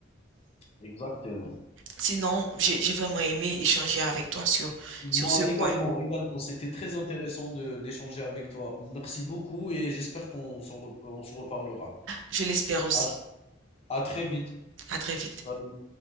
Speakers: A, on the left (about 30°); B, on the right (about 65°).
A: exactement.
B: Sinon, j'ai j'ai vraiment aimé échanger avec toi sur,
A: Moi
B: sur ce point.
A: également, également. C'était très intéressant de d'échanger avec toi. Merci beaucoup et j'espère qu'on s'en re- on se reparlera.
B: Je l'espère aussi.
A: À, à très vite.
B: À très vite.
A: Salut.